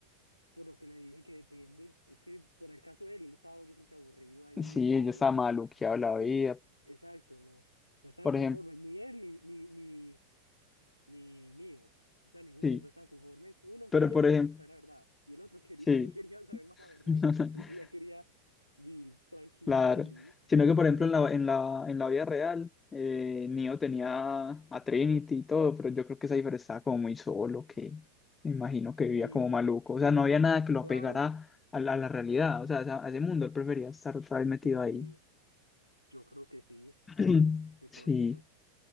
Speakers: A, on the left; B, on the left.
A: por lo que le dije que depende. Es que por el caso de él, él estaba yo creo que aburrido ahí,
B: sí,
A: dijo, no,
B: ella
A: yo,
B: estaba maluqueada la
A: yo
B: vida,
A: no, exacto, no, no estaban
B: por
A: conformes,
B: ejemplo,
A: ni él, ni, ni, ni, ni Neo. O sea, ninguno
B: sí,
A: de los dos estaban conformes. Uno
B: pero
A: quería
B: por ejemplo,
A: saber la verdad y el otro quería,
B: sí.
A: <laughs> no quería saber más la verdad.
B: <laughs>
A: El otro ya quería vivir tranquilo
B: Claro,
A: y feliz,
B: sino
A: así
B: que por
A: fuera
B: ejemplo
A: mentira.
B: en la, en la, en la vida real, eh, Neo tenía a Trinity y todo, pero yo creo que Cypher estaba como muy solo, que me imagino que
A: Sí,
B: vivía como maluco, o sea, no había nada que lo
A: claro,
B: apegara a la, a la realidad, o sea, a, esa- a ese mundo, él prefería estar otra vez metido
A: sí,
B: ahí.
A: sí, yo creo que sí,
B: <clears throat>
A: que por
B: Sí,
A: eso.